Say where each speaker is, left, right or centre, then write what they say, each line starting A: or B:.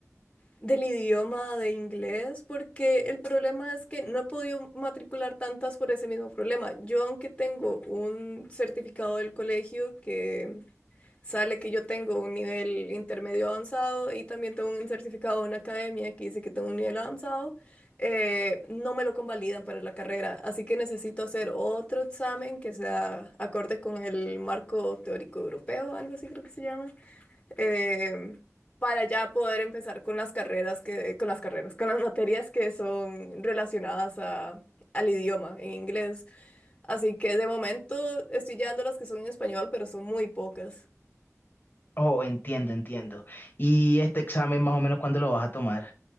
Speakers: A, on the left; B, on the left.
A: del idioma de inglés, porque el problema es que no he podido matricular tantas por ese mismo problema. Yo, aunque tengo un certificado del colegio que Sale que yo tengo un nivel intermedio avanzado y también tengo un certificado en academia que dice que tengo un nivel avanzado. eh, no me lo convalidan para la carrera, así que necesito hacer otro examen que sea acorde con el marco teórico europeo, algo así creo que se llama, em, para ya poder empezar con las carreras que, con las carreras, con las materias que son relacionadas a- al idioma en inglés. Así que de momento estoy llevando las que son en español, pero son muy pocas.
B: Oh, entiendo, entiendo. ¿Y este examen más o menos cuándo lo vas a tomar?